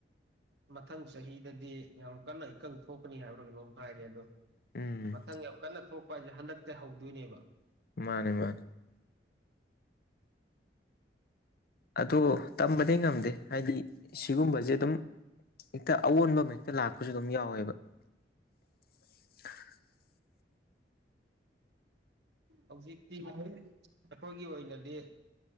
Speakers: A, on the right; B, on the left.
A: ꯃꯊꯪ ꯆꯍꯤꯗꯗꯤ ꯌꯥꯝ ꯀꯟꯅ ꯏꯀꯪ ꯊꯣꯛꯀꯅꯤ ꯍꯥꯏꯕ꯭ꯔ ꯀꯩꯅꯣꯝ ꯍꯥꯏꯔꯦ ꯑꯗꯣ
B: ꯎꯝ
A: ꯃꯊꯪ ꯌꯥꯝ ꯀꯟꯅ ꯊꯣꯛꯄ ꯍꯥꯏꯁꯦ ꯍꯟꯗꯛꯇꯩ ꯍꯧꯗꯣꯏꯅꯦꯕ
B: ꯃꯥꯅꯦ ꯃꯥꯅꯦ ꯑꯗꯣ ꯇꯝꯕꯗꯤ ꯉꯝꯗꯦ ꯍꯥꯏꯗꯤ ꯁꯤꯒꯨꯝꯕꯁꯦ ꯑꯗꯨꯝ ꯍꯦꯛꯇ ꯑꯑꯣꯟꯕ ꯑꯃ ꯍꯦꯛꯇ ꯂꯥꯛꯄꯁꯨ ꯑꯗꯨꯝ ꯌꯥꯎꯋꯦꯕ <unintelligible>
A: ꯍꯧꯖꯤꯛꯇꯤ ꯑꯩꯈꯣꯏꯒꯤ ꯑꯣꯏꯅꯗꯤ